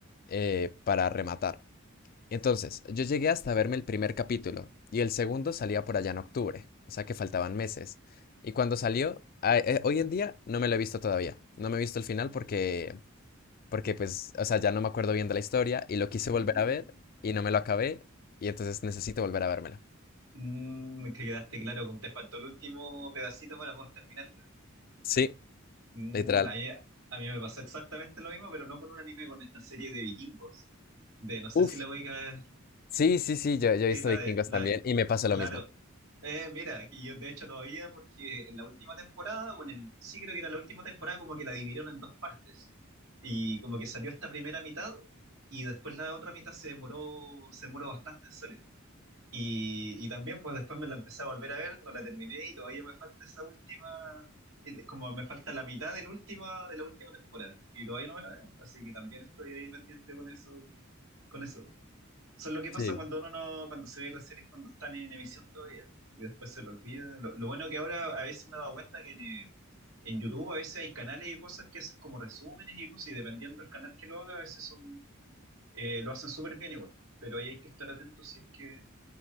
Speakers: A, on the left; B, on the right.
A: eh, para rematar. Entonces, yo llegué hasta verme el primer capítulo y el segundo salía por allá en octubre, o sea que faltaban meses. Y cuando salió, a- eh, hoy en día no me lo he visto todavía, no me he visto el final porque, porque pues, o sea, ya no me acuerdo bien de la historia y lo quise
B: Mm.
A: volver a ver y no me lo acabé y entonces necesito volver a vérmelo.
B: Mm, que quedaste claro, como te faltó el último pedacito para poder terminarlo.
A: Sí,
B: Mm,
A: Literal.
B: a mí, a mí me pasó exactamente lo mismo, pero no con un anime, con esta serie de vikingos. De, no sé
A: Uf,
B: si la ubica
A: sí, sí, sí, yo, yo he
B: Sí,
A: visto
B: la
A: Vikingos
B: de, la,
A: también y me pasa lo
B: claro.
A: mismo.
B: Eh, mira, que yo de hecho todavía, porque en la última temporada, o en el, sí creo que era la última temporada, como que la dividieron en dos partes. Y como que salió esta primera mitad, y después la otra mitad se demoró, se demoró bastante en salir. Y, y también, pues después me la empecé a volver a ver, no la terminé, y todavía me falta esa última, el- como me falta la mitad del última, de la última temporada. Y todavía no me la veo, así que también estoy ahí pendiente con eso, con eso. Eso es lo que pasa
A: Sí,
B: cuando uno no, cuando se ve las series cuando están en emisión todavía y después se lo olvida. Lo, lo bueno que ahora a veces me he dado cuenta que en, eh, en YouTube a veces hay canales y cosas que hacen como resúmenes y cosas y dependiendo del canal que lo haga a veces son, eh, lo hacen súper bien igual. Pero ahí hay que estar atento si es que,